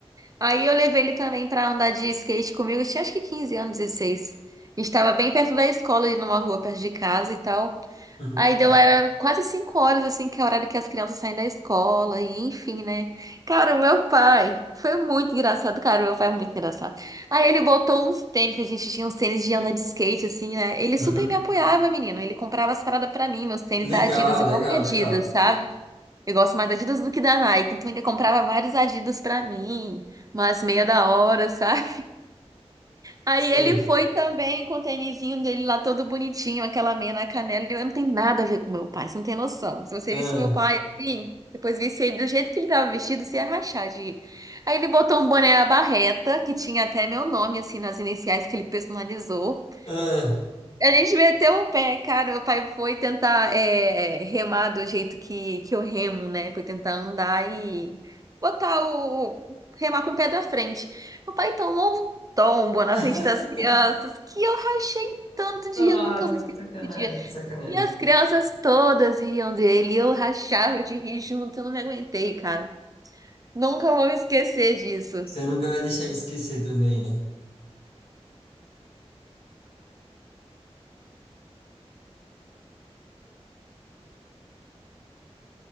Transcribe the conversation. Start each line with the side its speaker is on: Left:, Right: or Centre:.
Right: Aí eu levei ele também pra andar de skate comigo. Eu tinha acho que 15 anos, 16. A gente tava bem perto da escola, ali numa rua perto de casa e tal.
Left: Uhum,
Right: Aí deu, era quase cinco horas, assim, que é o horário que as crianças saem da escola, e enfim, né? Cara, o meu pai foi muito engraçado, cara, o meu pai é muito engraçado. Aí ele botou uns tênis, que a gente tinha uns tênis de andar de skate, assim, né? Ele
Left: uhum.
Right: super me apoiava, menino. Ele comprava as paradas pra mim, meus tênis
Left: Legal,
Right: da Adidas. Eu
Left: legal,
Right: amo Adidas,
Left: legal.
Right: sabe? Eu gosto mais da Adidas do que da Nike. Então ele comprava vários Adidas pra mim, umas meia da hora, sabe? Aí
Left: Sim.
Right: ele foi também com o tênisinho dele lá todo bonitinho, aquela meia na canela. Eu não tenho nada a ver com meu pai, você não tem noção. Se você
Left: Ah,
Right: visse meu pai assim, depois visse ele do jeito que ele tava vestido, você ia rachar de rir. Aí ele botou um boné à barreta, que tinha até meu nome, assim, nas iniciais que ele personalizou.
Left: ah.
Right: A gente meteu o pé, cara. Meu pai foi tentar é, remar do jeito que, que eu remo, né? Foi tentar andar e botar o. remar com o pé da frente. Meu pai tomou um tombo na
Left: <laughs>
Right: frente das crianças que eu rachei tanto de
Left: Nossa,
Right: rir, eu nunca vou esquecer
Left: que sacanagem,
Right: esse dia.
Left: que sacanagem.
Right: E as crianças todas riam dele, e eu rachava de rir junto, eu não me aguentei, cara. Nunca vou me esquecer disso.
Left: Você nunca vai deixar ele esquecer também, né?